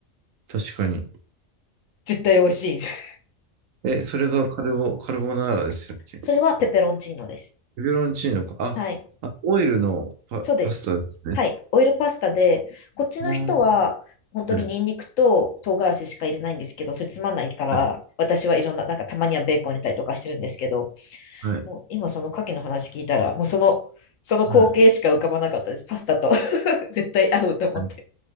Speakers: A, on the right; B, on the left.
A: 確かに。
B: 絶対美味しい。<laughs>
A: え、それがカルボ、カルボナーラでしたっけ
B: それはペペロンチーノです。
A: ペペロンチーノか。
B: はい。
A: あ、あ、オイルのパ、
B: そうです。
A: パスタですね。
B: はい。オイルパスタで、こっちの人は本当にニンニクと唐辛子しか入れないんですけど、
A: うんはい。
B: それつまんないから、
A: はい。
B: 私はいろんな、なんかたまにはベーコン入れたりとかしてるんですけど、
A: はい。
B: もう今その牡蠣の話聞いたら、もうその、その光景しか浮かばなかったです。
A: はい。
B: パスタと <laughs> 絶対合うと思って。
A: はい